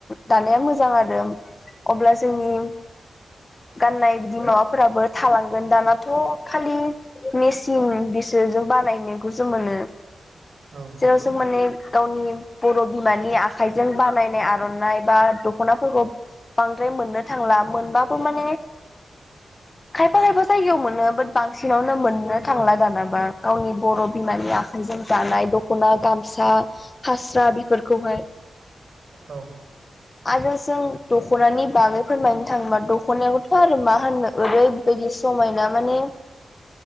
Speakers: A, on the left (about 30°); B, on the right (about 70°).
A: दानाया मोजां आरो अब्ला जोंनि गाननाय बिदि माबा फोराबो थालांगोन दानाथ' खालि मेचिन बिसोरजों बानायनाइखौसो मोनो।
B: औ नंगौ
A: ज'ज' माने गावनि बर' बिमानि आखाइजों बानायनाय आर'नाइ बा दख'नाफोरखौ बांद्राय मोननो थांला मोनबाबो माने खायफा खायफा जायगायाव मोनो बाट बांसिनावनो मोन नो
B: औ
A: थांला दानाबा गावनि बर' बिमानिया जों दानाय द' खना गामसा फास्रा बेफोरखौहाय ‌
B: औ
A: आरो जों दख'नानि बागै फोरमायनो थाङोबा दख'नायखौथ' आरो मा होन्नो ओरैबायदि समायना माने